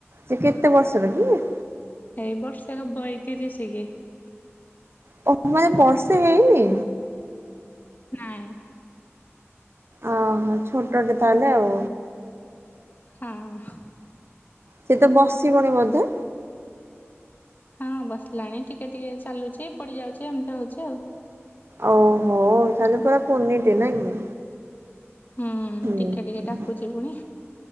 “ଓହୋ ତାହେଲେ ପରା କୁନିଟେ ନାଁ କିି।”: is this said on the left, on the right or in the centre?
Right